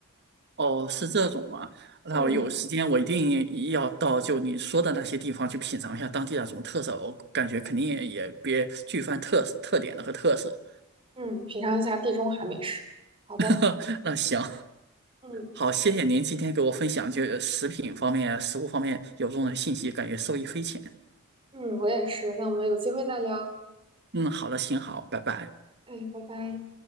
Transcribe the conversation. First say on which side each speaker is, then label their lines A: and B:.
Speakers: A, on the right; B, on the right.
A: 哦，是这种吗？那我有时间我一定要到就你说的那些地方去品尝一下当地那种特色，
B: 嗯
A: 我感觉肯定也别具泛特特点的和特色。
B: 嗯，品尝一下地中海美食。好的，
A: <laughs> 那行，
B: 嗯
A: 好，谢谢您今天给我分享就是食品方面、食物方面有用的信息，感觉受益匪浅。
B: 嗯，我也是。那我们有机会再聊。
A: 嗯，好的，行，好，拜拜。
B: 哎，拜拜。